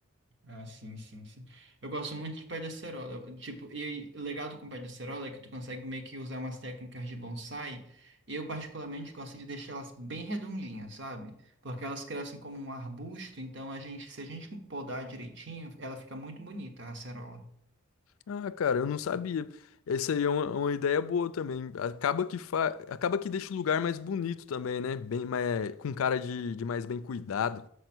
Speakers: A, on the right; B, on the left.
A: Ah, sim, sim, sim. Eu gosto muito de pé de acerola. Eu, Tipo, e o legal do com pé de acerola é que tu consegue meio que usar umas técnicas de bonsai. E eu, particularmente, gosto de deixar elas bem redondinhas, sabe? Porque elas crescem como um arbusto, então a gente, se a gente podar direitinho, ela fica muito bonita, a acerola.
B: Ah, cara, eu não sabia. Essa aí é uma, uma ideia boa também. Acaba que fa... acaba que deixa o lugar mais bonito também, né? Bem mais... com cara de, de mais bem cuidado.